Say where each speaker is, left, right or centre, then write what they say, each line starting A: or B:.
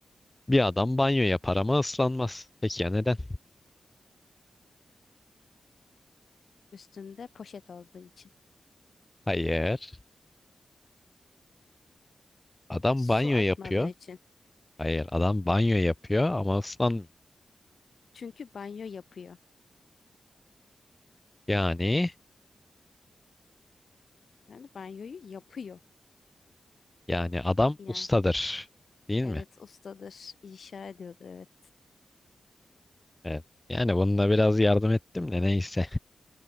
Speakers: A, on the left; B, on the left.
A: Bir adam banyo yapar ama ıslanmaz. Peki ya neden?
B: Üstünde poşet olduğu için.
A: Hayır. Adam
B: Su
A: banyo
B: akmadığı
A: yapıyor.
B: için.
A: Hayır adam banyo yapıyor ama ıslanmıyor.
B: Çünkü banyo yapıyor.
A: Yani
B: Yani banyoyu yapıyor.
A: yani adam
B: Yani.
A: ustadır. Değil
B: Evet
A: mi?
B: ustadır. inşa ediyordur evet.
A: Evet. Yani bununla biraz yardım ettim de neyse.